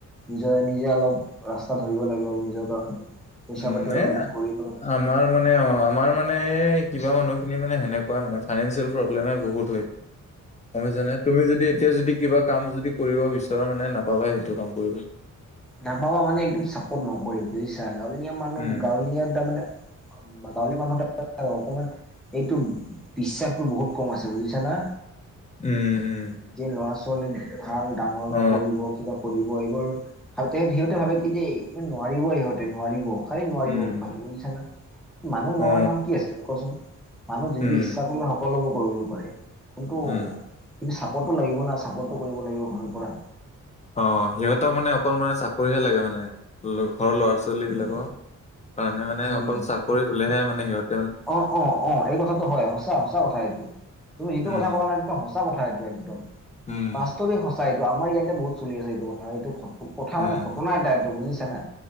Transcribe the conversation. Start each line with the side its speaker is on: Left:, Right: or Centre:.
Centre: নিজৰ নিজে অলপ ৰাস্তা ধৰিব লাগিব, নিজৰ কাৰণে, পইচা
Left: উম
Centre: পাতি অলপ
Left: এ
Centre: গঢ়ি লওঁ।
Left: আমাৰ মানে অ, আমাৰ মানে কিবা মানুহখিনি মানে, সেনেকুৱাই মানে, ফাইনেন্ঞ্চিয়েল প্ৰব্লেমে বহুত হয়। গম পাইছানে? তুমি যদি এতিয়া যদি, কিবা কাম যদি, কৰিব বিচৰা মানে নাপাবাই, সেইটো কাম কৰিব।
Centre: নাপাবা মানে একদম চাপৰ্ট নকৰেই, বুজিছা গাঁৱলীয়া মানুহ
Left: উম
Centre: গাঁৱলীয়া তাৰমানে বা গাঁৱলীয়া মানুহ তাত অকমান এইটো বিশ্বাসটো বহুত কম আছে, বুজিছা না?
Left: উম- উম।
Centre: যি ল'ৰা- ছোৱালী ভাল, ডাঙৰ
Left: অ
Centre: কৰিব, কিবা কৰিব, এইবোৰ আৰু তাতে সিহঁতে ভাবে কি যে, এই নোৱাৰিব সিহঁতে, নোৱাৰিব, খালি নোৱাৰিব,
Left: উম
Centre: ভাবে বুজিছা না। মানুহ নোৱাৰা
Left: অ
Centre: কাম কি আছে কচোন? মানুহ যি ইচ্ছা
Left: উম
Centre: কৰিলে, সকলোবোৰ কৰিব পাৰে। কিন্তু-
Left: উম
Centre: কিন্তু চাপৰ্টটো লাগিব না। চাপৰ্টটো কৰিব লাগিব ঘৰৰ পৰা।
Left: অ, সিহঁতক মানে অকল মানে, চাকৰিহে লাগে মানে, ঘৰৰ ল'ৰা- ছো ৱালী বিলাকৰ,
Centre: উম
Left: কাৰণে মানে
Centre: উম
Left: অকল
Centre: উম
Left: চাকৰি হলেহে মানে সিহঁত
Centre: অ- অ- অ, এই কথাটো হয়, সঁচা- সঁচা কথা এইটো তুমি যিটো
Left: উম
Centre: কথা ক'লা না একদম সচ সঁচা কথা, এইটো একদম।
Left: উম।
Centre: বাস্তৱিক সঁচা এইটো, আমাৰ ইয়াতে বহুত চলিছে এইটো কথা। এইটো কথা
Left: উম
Centre: মানে, ঘটনা এটা এইটো বুজিছা না,